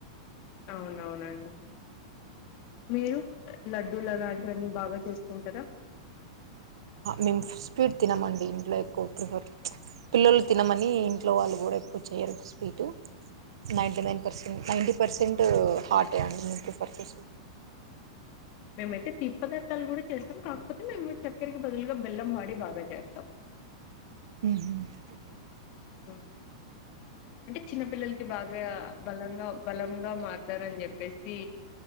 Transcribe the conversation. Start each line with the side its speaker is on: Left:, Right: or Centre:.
Left: అవునవునండి మీరు లడ్డూలులాంటివన్నీ బాగా చేస్తుంటారా
Right: మేము స్పీడ్ తినమండి ఇంట్లో ఎక్కువ ప్రిఫర్ పిల్లలు తినమని ఇంట్లో వాళ్ళు కూడా ఎక్కువ చేయరు సేటు ninety nine percent ninety percent హార్టే అండి మేము పర్చేస్
Left: మేమైతే తిప్పదత్తాలు కూడా చేస్తాం కాకపోతే మేము చక్కెరకి బదులుగా బెల్లం వాడి బాగా చేస్తాం
Right: ఓకే ఓకే
Left: అ అంటే చిన్నపిల్లలకి బాగా బలంగా బలంగా మారతారని చెప్పేసి